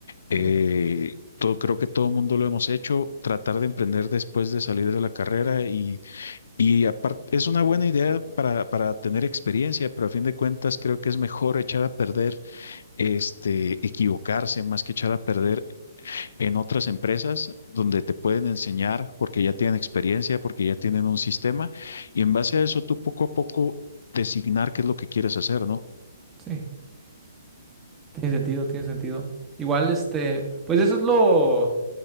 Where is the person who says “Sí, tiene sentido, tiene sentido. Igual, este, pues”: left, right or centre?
Right